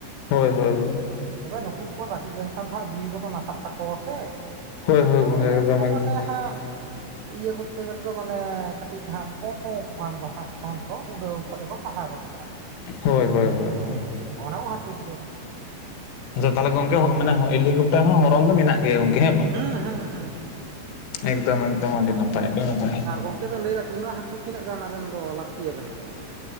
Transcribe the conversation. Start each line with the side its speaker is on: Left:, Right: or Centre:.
Left: ᱦᱳᱭ ᱦᱳᱭ ᱦᱳᱭ
Right: ᱛᱚᱵᱮ ᱱᱩᱠᱩ ᱠᱚᱠᱚ ᱛᱟᱹᱠᱤᱡ ᱞᱮᱱᱠᱷᱟᱱ ᱫᱚ ᱦᱟᱸᱜ ᱡᱤᱣᱤ ᱠᱚᱫᱚ ᱱᱟᱥᱟᱜ ᱛᱟᱠᱚᱣᱟ ᱥᱮ,
Left: ᱦᱳᱭ ᱦᱳᱭ
Right: ᱛᱚᱵᱮ
Left: ᱜᱚᱝᱠᱮ
Right: ᱩᱱᱠᱩ
Left: ᱮᱠᱫᱚᱢ ᱮᱠᱫᱚᱢ
Right: ᱢᱟᱱᱮ ᱦᱟᱸᱜ, ᱤᱭᱟᱹ ᱠᱚᱨᱛᱮ ᱜᱮᱞᱫᱚ ᱢᱟᱱᱮ ᱠᱟᱹᱴᱤᱡ ᱦᱟᱸᱜ ᱯᱚᱼᱯᱚᱝ ᱠᱚ ᱠᱷᱟᱱ ᱫᱚ ᱦᱟᱸᱜ ᱠᱷᱚᱱ ᱠᱚ ᱩᱰᱟᱹᱣ ᱠᱟᱛᱮ ᱠᱚ, ᱥᱟᱦᱟ ᱜᱚᱫᱚᱼᱟ
Left: ᱦᱳᱭ ᱦᱳᱭ ᱦᱳᱭ
Right: ᱦᱮᱸ
Left: ᱦᱳᱭ
Right: ᱦᱮᱸ ᱚᱱᱟ ᱦᱚᱸ ᱠᱷᱟᱹᱛᱤᱨ ᱜᱮ,
Left: ᱟᱪᱪᱷᱟ
Right: ᱦᱩᱸ
Left: ᱛᱟᱦᱚᱞᱮ ᱜᱚᱝᱠᱮ ᱢᱟᱱᱮ ᱦᱮᱞᱤᱠᱯᱴᱟᱨ ᱦᱚᱸ ᱦᱚᱨᱚᱱ ᱫᱚ ᱢᱮᱱᱟᱜ ᱜᱮᱭᱟ ᱜᱚᱝᱠᱮ ᱦᱮᱸ ᱵᱟᱝ?
Right: ᱦᱩᱸ ᱦᱩᱸ ᱦᱩᱸ ᱦᱩᱸ
Left: ᱮᱫᱚᱢ ᱮᱫᱚᱢ ᱟᱹᱰᱤ ᱱᱟᱯᱟᱭ ᱟᱰᱤ ᱱᱟᱯᱟᱭ,
Right: ᱟᱨ ᱜᱚᱝᱠᱮ ᱵᱮᱱ ᱞᱟᱹᱭᱫᱟ ᱴᱩᱱᱟ ᱦᱟᱹᱠᱩ ᱛᱤᱱᱟᱹᱜ ᱜᱟᱱ ᱟᱵᱮᱱ ᱫᱚ ᱞᱟᱹᱠᱛᱤ ᱭᱟᱵᱮᱱ ᱠᱟᱱᱟ?